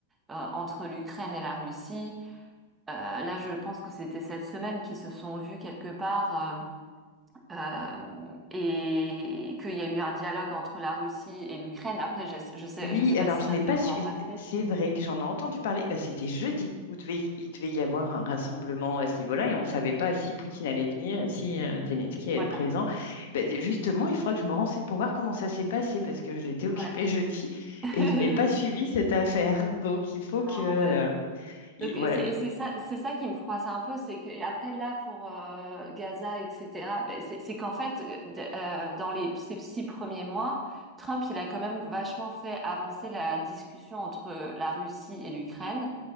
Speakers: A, on the right; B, on the left.
A: euh, entre l'Ukraine et la Russie. euh, là, je pense que c'était cette semaine qu'ils se sont vus quelque part. euh, euh, et qu'il y a eu un dialogue entre la Russie et l'Ukraine. Après, je, je sais,
B: Oui,
A: je sais
B: alors
A: pas si
B: je
A: ça
B: n'ai
A: s'est
B: pas
A: vraiment
B: su. et
A: passé.
B: C'est vrai que j'en ai entendu parler. Bah, c'était jeudi où devait y- il devait y avoir un rassemblement à ce niveau-là et on ne savait pas si Poutine allait venir et si euh, Zelensky allait
A: Voilà.
B: être présent. Bah, d- justement, il faudra que je me renseigne pour voir comment ça s'est passé parce que j'étais
A: Ouais.
B: occupée jeudi
A: <laughs>
B: et je n'ai pas suivi cette affaire. Donc il faut
A: Non,
B: que euh,
A: ouais.
B: il-
A: Donc,
B: voilà.
A: et c'est et
B: il-
A: c'est ça, c'est ça qui me froisse un peu, c'est que, et après, là, pour euh, Gaza, etc., ben, c'est c'est qu'en fait, euh, d- euh, dans les, ces six premiers mois, Trump, il a quand même vachement fait avancer la discussion entre la Russie et l'Ukraine.